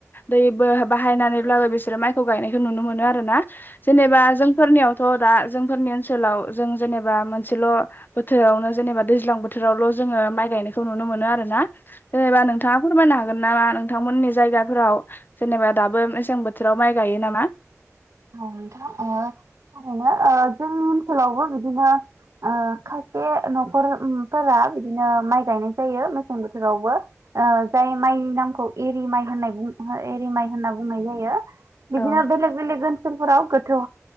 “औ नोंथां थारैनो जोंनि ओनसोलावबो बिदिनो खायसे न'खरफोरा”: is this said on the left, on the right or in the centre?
Right